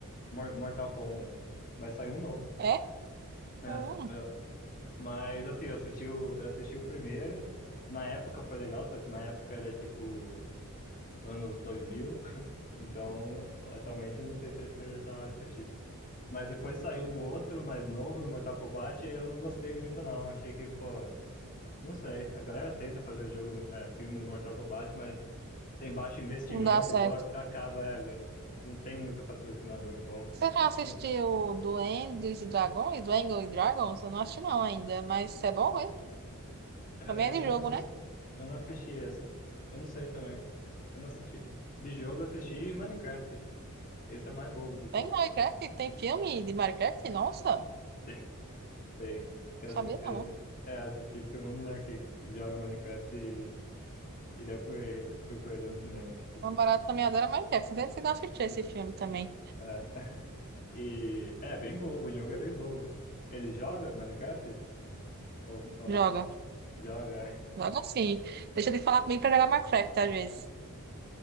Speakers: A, on the left; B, on the right.
A: Mor- Mortal Kombat. Vai sair um novo.
B: É?
A: É.
B: Hum,
A: eu- mas assim, eu assisti o, eu assisti o primeiro. Na época foi legal, só que na época era tipo. anos 2000, então atualmente eu não sei se seria da hora assistir. Mas depois saiu um outro mais novo do Mortal Kombat, e aí eu não gostei muito não, achei que, pô, não sei, a galera tenta fazer jogo, do- é, filme do Mortal Kombat, mas tem baixo investimento,
B: não dá certo.
A: então a- acaba, é, não tem muito patrocinador bom.
B: Você já assistiu
A: Não-
B: Duendes e Dragões? Duendes e Dragons? Eu não assisti, não, ainda. Mas é bom mesmo.
A: é,
B: Também
A: Esse
B: é de
A: eu não
B: jogo,
A: assisti,
B: né?
A: eu não assisti esse, eu não sei também, eu não assisti. De jogo eu assisti Minecraft, esse é o mais bobo de tudo.
B: Tem Minecraft? Tem filme de Minecraft? Nossa,
A: <laughs> Sei. Eu
B: sabia
A: assisti, eu
B: não.
A: assisti, é, assisti porque meu moleque joga Minecraft e, e daí eu fui, fui com ele no cinema assistir.
B: Meu namorado também adora Minecraft. Não sei se você assistir esse filme também.
A: É, e é bem bobo, o jogo é bem bobo. Ele joga Minecraft? Ou, ou
B: Joga.
A: não? Joga. <laughs>
B: Joga sim. Deixa de falar comigo pra jogar Minecraft às vezes.